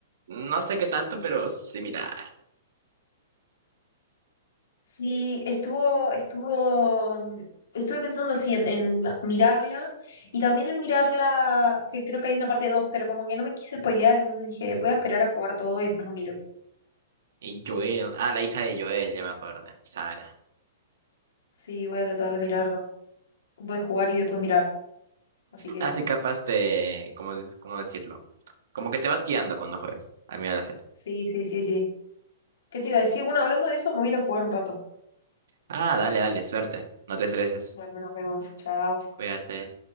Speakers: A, on the right; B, on the left.
A: No sé qué tanto, pero similar.
B: Sí, estuvo, estuvo, mm, estuve pensando sí en, en mirarla y también en mirarla, que creo que hay una parte 2 pero como que no me quise spoilear, entonces dije, voy a esperar a jugar todo y después lo miro.
A: Y Joel, ah, la hija de Joel, ya me acuerdo, Sara.
B: Sí, voy a tratar de mirar, voy a jugar y después mirar. Así que
A: Así
B: eso.
A: capaz te, ¿cómo, des- cómo decirlo? Como que te vas guiando cuando juegas, al mirar la serie.
B: Sí, sí, sí, sí. ¿Qué te iba a decir? Bueno, hablando de eso, me voy a ir a jugar un rato.
A: Ah, dale, dale, suerte, no te estreses,
B: Bueno, nos vemos. Chao.
A: cuídate.